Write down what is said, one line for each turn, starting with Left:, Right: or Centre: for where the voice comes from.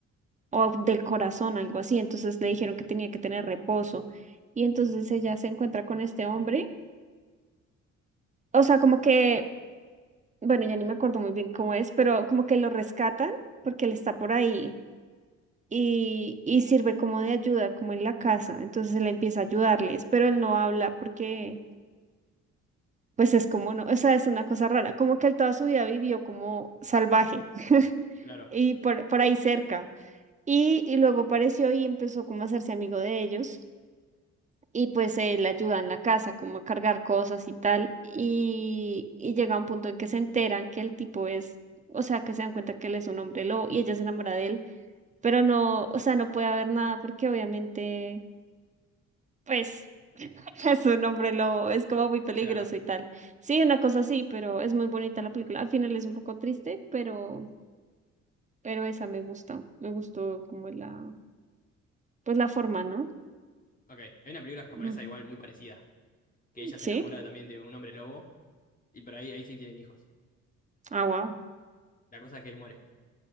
Right: o del corazón, algo así. Entonces le dijeron que tenía que tener reposo. Y entonces ella se encuentra con este hombre. O sea, como que, bueno, ya ni me acuerdo muy bien cómo es, pero como que lo rescatan porque él está por ahí y, y sirve como de ayuda, como en la casa. Entonces él empieza a ayudarles, pero él no habla porque, pues es como no, o sea, es una cosa rara, como que él toda su vida vivió como salvaje <laughs>
Left: Claro,
Right: y por, por ahí cerca. Y, y luego apareció y empezó como a hacerse amigo de ellos. Y pues él ayuda en la casa, como a cargar cosas y tal. Y, y llega un punto en que se enteran que el tipo es, o sea, que se dan cuenta que él es un hombre lobo y ella se enamora de él. Pero no, o sea, no puede haber nada porque obviamente Pues <laughs> es un hombre lobo, es como muy peligroso
Left: claro.
Right: y tal. Sí, una cosa así, pero es muy bonita la película. Al final es un poco triste, pero, pero esa me gustó. Me gustó como la, pues la forma, ¿no?
Left: Ok. Hay una película japonesa
Right: Mm,
Left: igual muy parecida. Que ella
Right: Sí.
Left: se enamora también de un hombre lobo. Y por ahí, ahí sí tienen hijos.
Right: Ah, wow.
Left: La cosa es que él muere.